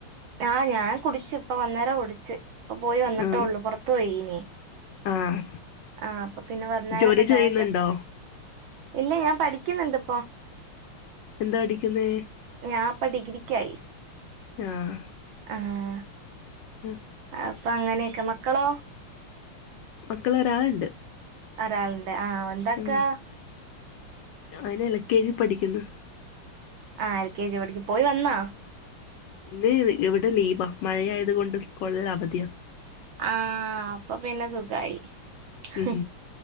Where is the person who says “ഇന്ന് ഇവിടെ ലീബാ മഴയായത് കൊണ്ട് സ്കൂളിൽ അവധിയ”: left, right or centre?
Left